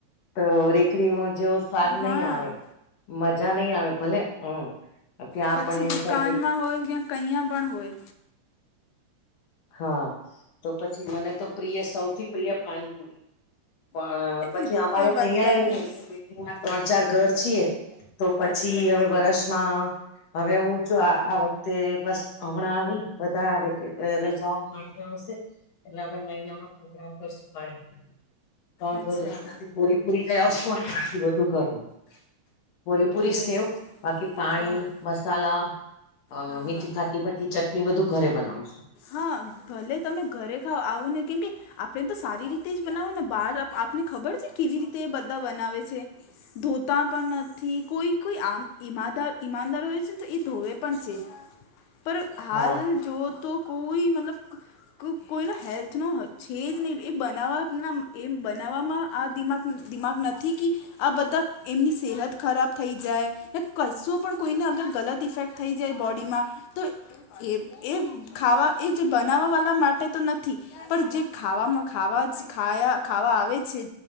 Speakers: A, on the left; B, on the left.
A: તો રેકડીમાં જેવો સ્વાદ
B: હા
A: નહી આવે મજા નહીં આવે ભલે હમ ત્યાં
B: પછી
A: આપણને એમ
B: દુકાનમાં
A: થાય કે
B: હોય કૈયા પણ હોય
A: હા તો પછી મને તો પ્રિય સૌથી પ્રિય પાનપુરી પણ પછી
B: એ
A: અમારે
B: તો બધાની
A: અહિયાં હોય
B: જ
A: બિલ્ડિંગમાં ત્રણ ચાર ઘર છીએ તો પછી
B: અચ્છા
A: હવે વર્ષમાં. હવે હું જો આ વખતે બસ હમણાં આવી બધા <unintelligible> આવશે એટલે હવે મહિનામાં પ્રોગ્રામ કરશું પાણીપુરી ત્રણ
B: અચ્છા
A: ઘરે થી કોરી પુરીપુરી લઈ આવશું અને બીજુ બધું ઘરે કોરીપૂરી,
B: અચ્છા
A: સેવ, બાકી પાણી,
B: હા
A: મસલા અ
B: હા
A: મીઠી
B: હા
A: ખાટી બધી ચટણી બધું ઘરે બનાવશું.
B: હા ભલે તમે ઘરે ખાઓ આવઉને કેટલીક આપણે તો સારી રીતે જ બનાવું ને બહાર આપને ખબર છે કેવી રીતે બધા બનાવે છે. ધોતા પણ નથી કોઈ આમ ઈમાદાર ઈમાનદાર હોય છે ને તો એ ધોવે પણ છે પર હાલ
A: હા
B: જો તો કોઈ મતલબ ક કોઈનો હેલ્થનો છે જ નહીં એ બનાવવાના એમ બનાવવામાં આ દિમાગ દિમાગ નથી કે આ બધા એમની સેહત ખરાબ થઈ જાય કશું. પણ કોઈને અગર ગલત ઇફેક્ટ થઈ જાય બોડીમાં તો એક એ ખાવા એજ બનાવા વાલા માટે તો નથી. પણ જે ખાવામાં ખાવા ખા ખાવા આવે છે.